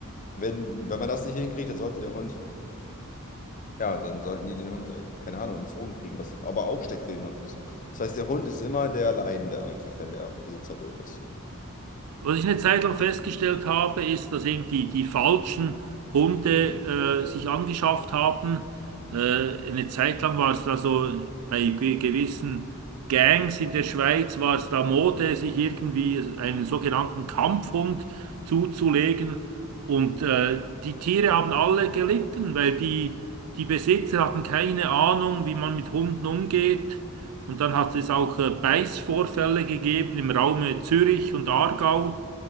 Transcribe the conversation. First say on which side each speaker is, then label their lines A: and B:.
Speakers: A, on the left (about 35°); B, on the right (about 80°).
A: Wenn, wenn man das nicht hinkriegt, dann sollte der Hund ja, dann sollten die den Hund, äh, keine Ahnung, entzogen kriegen, was aber auch schlecht für den Hund ist. Das heißt, der Hund ist immer der Leidende eigentlich, wenn der Besitzer doof ist.
B: Was ich eine Zeit lang festgestellt habe, ist, dass irgendwie die falschen Hunde äh, sich angeschafft haben. Äh, eine Zeit lang war es da so, bei ge- gewissen Gangs in der Schweiz war es da Mode, sich irgendwie einen sogenannten Kampfhund zuzulegen. Und äh, die Tiere haben alle gelitten, weil die, die Besitzer hatten keine Ahnung, wie man mit Hunden umgeht. Und dann hat es auch äh, Beißvorfälle gegeben im Raum Zürich und Aargau.